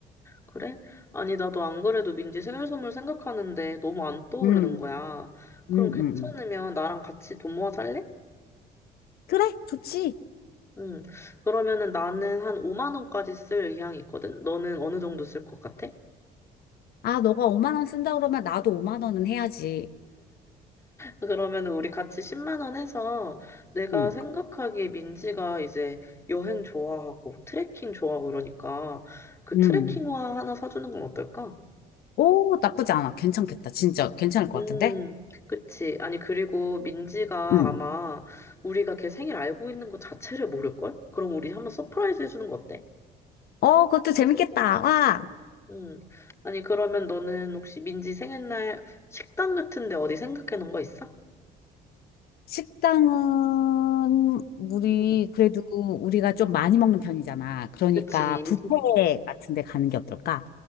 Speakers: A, on the left; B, on the left.
A: 그래? 아니, 나도 안 그래도 민지 생일 선물 생각하는데 너무 안 떠오르는
B: 음,
A: 거야. 그럼
B: 음,
A: 괜찮으면
B: 음. 음.
A: 나랑 같이 돈 모아 살래?
B: 그래, 좋지.
A: 응, 그러면은 나는 한 5만 원까지 쓸 의향이 있거든? 너는 어느 정도 쓸 것 같아?
B: 아, 너가 5만 원 쓴다 그러면 나도 5만 원은 해야지.
A: 그러면 우리 같이 10만 원 해서 내가
B: 음.
A: 생각하기에 민지가 이제 여행 좋아하고 트레킹 좋아하고 이러니까 그
B: 음,
A: 트레킹화 하나 사주는 건 어떨까?
B: 오, 나쁘지 않아. 괜찮겠다. 진짜 괜찮을 것
A: 음,
B: 같은데?
A: 그치. 아니, 그리고 민지가
B: 음.
A: 아마 우리가 걔 생일 알고 있는 거 자체를 모를걸? 그럼 우리 한번 서프라이즈 해주는 거 어때?
B: 어, 그것도 재밌겠다. 와.
A: 음. 아니, 그러면 너는 혹시 민지 생일날 식당 같은데 어디 생각해 놓은 거 있어?
B: 식당은 우리
A: 음,
B: 그래도 우리가 좀 많이 먹는 편이잖아. 그러니까
A: 그치.
B: 뷔페 같은 데 가는 게 어떨까?